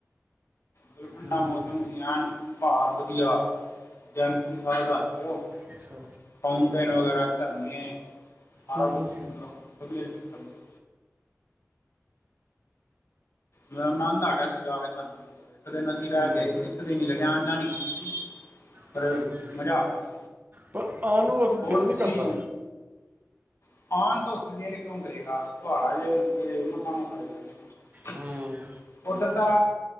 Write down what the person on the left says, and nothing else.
ਓਥੇ ਠੰਡਾ
ਮੌਸਮ ਸੀ, ਐਨ ਪਹਾੜ ਵਧੀਆ। ਜੈਵੇਂ ਤੁਸੀਂ ਸਾਰੇ ਦੱਸ ਰਹੇ ਹੋ।
ਫਾਊਂਟੇਨ ਵਗੈਰਾ ਝਰਨੇ, ਸਾਰਾ
ਕੁਛ ਸੀ, ਮਤਲਬ ਵਧੀਆ ਸੀ। <unintelligible> ਮਤਬ ਆਨੰਦ ਆ ਗਿਆ ਸੀ ਜਾ ਕੇ ਸਾਨੂੰ। ਇੱਕ ਦਿਨ ਅਸੀਂ ਰਹਿ
ਕੇ ਆਏ ਸੀ। ਇੱਕ ਦਿਨ ਹੀ ਲਗਿਆ ਆਣ-ਜਾਣ ਈ। <inaudible> ਪਰ
ਮਜ਼ਾ ਆ ਗਿਆ ਸੀ।
ਹੋਰ
ਤੁਸੀਂ
<unintelligible> <unintelligible> ਔਨ ਦੌ ਜੇ ਕੋਨ ਕਰੇਗਾ ਪਾੜਾ ਚ <unintelligible> <unintelligible> ਹੂ ਜਾਂਦੇ ਹਾਂ,
ਉੱਧਰ ਦਾ